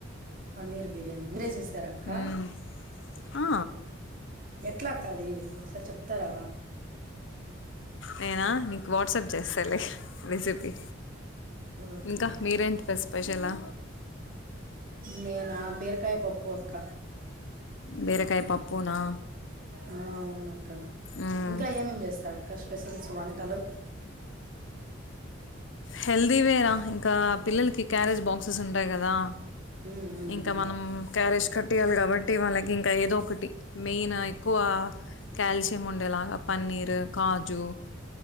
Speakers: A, on the right (about 45°); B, on the left (about 65°).
A: పన్నీర్ బిర్యానీ మీరే చేసార అక్క
B: మ్మ్. ఆ
A: ఎట్లా అక్క ఆది ఒకసారి చెప్తారా అ
B: నేనా నీకు వాట్సాప్ చేస్తాలే రెసిపీ
A: ఓకే
B: ఇంకా
A: అక్క
B: మీరేంటి స్పెషలా
A: నేనా బీరకాయ పప్పు అక్క
B: బీరకాయ పప్పునా
A: ఆ అవున అక్క
B: మ్మ్.
A: ఇంకా ఏమే ఏమి చేస్తార అక్క స్పెషల్స్ వంటలు
B: హెల్దీవేరా ఇంకా పిల్లలకి క్యారేజ్ బాక్సెస్ ఉంటాయి కదా
A: ఉమ్ ఉ
B: ఇంకా
A: ఉమ్
B: మనం క్యారేజ్ కట్టియాలి కాబట్టి వాళ్ళకి ఇంకా ఏదో ఒకటి మెయిన్ అ ఎక్కువ కాల్షియం ఉండేలాగా పన్నీర్ కాజు